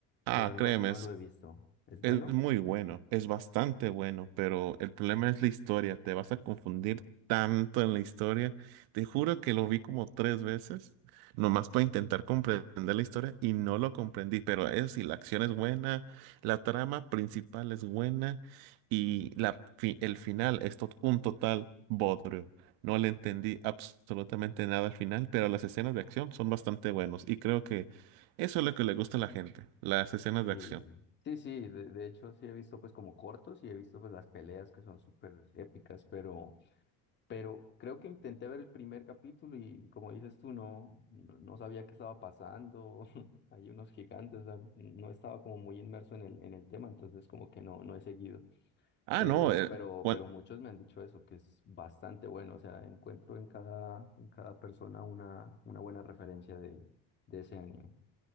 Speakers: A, on the right; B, on the left.
A: Ah,
B: pero no,
A: créeme,
B: no
A: es-
B: lo he visto. ¿Es
A: Es
B: bueno?
A: muy bueno, es bastante bueno, pero el problema es la historia. Te vas a confundir tanto en la historia. Te juro que lo vi como tres veces, nomás para intentar
B: Em,
A: comprender la historia y no lo comprendí. Pero eso sí, la acción es buena, la trama principal es buena y la, fi- el final es tot- un total bodrio. No le entendí absolutamente nada al final, pero las escenas de acción son bastante buenas y creo que eso es lo que le gusta a la gente, las escenas de
B: Sí,
A: acción.
B: sí, sí, de, de hecho sí he visto pues como cortos y he visto pues las peleas que son súper épicas, pero... Pero creo que intenté ver el primer capítulo y como dices tú, no, no, no sabía qué estaba pasando. <laughs> Hay unos gigantes, o sea, no estaba como muy inmerso en el, en el tema, entonces como que no, no he seguido.
A: Ah,
B: Pero,
A: no, eh,
B: pero,
A: bueno,
B: pero muchos me han dicho eso, que es bastante bueno. O sea, encuentro en cada, en cada persona una, una buena referencia de, de ese anime.